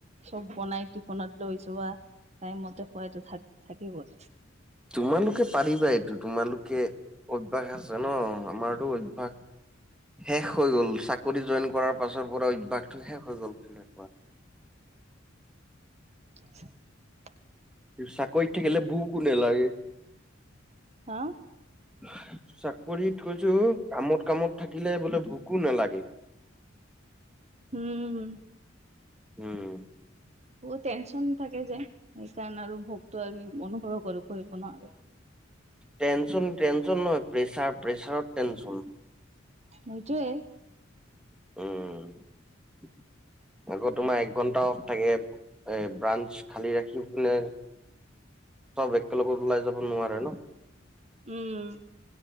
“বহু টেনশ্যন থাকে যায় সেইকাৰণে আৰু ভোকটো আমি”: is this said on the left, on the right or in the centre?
Right